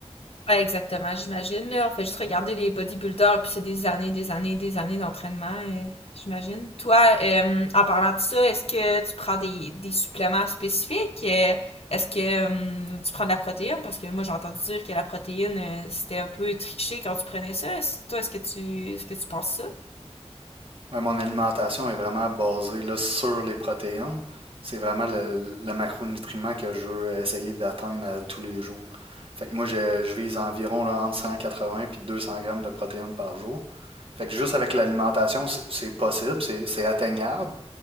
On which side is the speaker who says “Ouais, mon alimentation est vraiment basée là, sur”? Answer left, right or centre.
Right